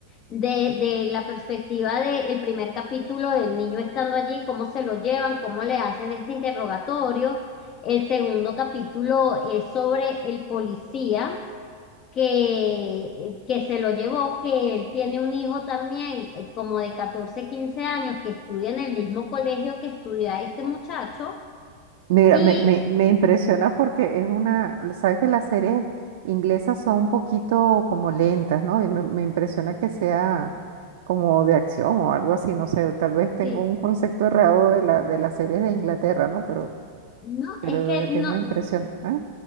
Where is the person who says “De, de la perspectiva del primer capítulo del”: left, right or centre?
Left